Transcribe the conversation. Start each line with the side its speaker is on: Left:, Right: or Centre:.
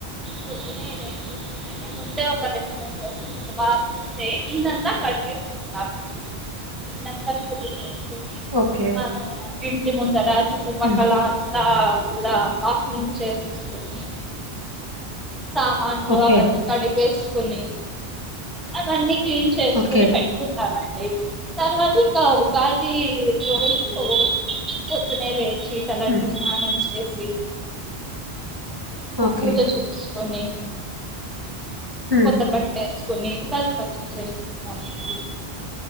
Centre: పొద్దునే లేసి అంటే ముందే ఒక రెండు మూడు రోజులు వారం ముందే ఇల్లంతా కడిగేసుకుంటాం ఇల్లంతా శుద్ధి చేసుకుని
Right: ఓకే
Centre: మన ఇంటి ముందర చుట్టూ పక్కల
Right: ఉమ్,
Centre: అ కూడా పాకం చేసేసుకోని సామాన్లు
Right: ఓకే
Centre: అవన్నీ కడిగేసుకుని అవన్నీ క్లీన్ చేసుకుని
Right: ఓకే
Centre: పెట్టుకుంటం తర్వాత ఇంకా ఉగాది రోజు పొద్దున్నేలచి చీకట్లానే
Right: ఉమ్,
Centre: స్నానం చేసి ఇంకా
Right: ఓకే
Centre: పూజ చేసుకొని
Right: ఉమ్.
Centre: కొత్త బట్టలు వేసుకొని ఉగాది పచ్చి చేసుకుంటానడి